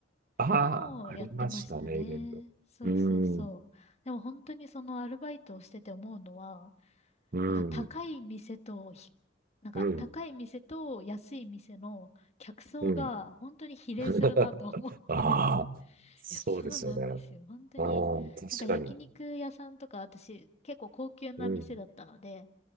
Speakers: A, on the right; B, on the left.
A: ああ、
B: もうやってましたね。
A: ありましたね、イベント。
B: そうそうそう。
A: うーん、
B: でも本当にそのアルバイトをしてて思うのは、
A: うん、
B: なんか高い店とひ、なんか高い店と安い店の客層が本当に比例するなと思って。
A: うん、うん。<laughs> ああ、
B: <laughs>
A: そうですよね。
B: いや、そうなんですよ。本当に。
A: ああ、確かに。
B: なんか焼肉屋さんとか私結構高級な店だったので、
A: うん、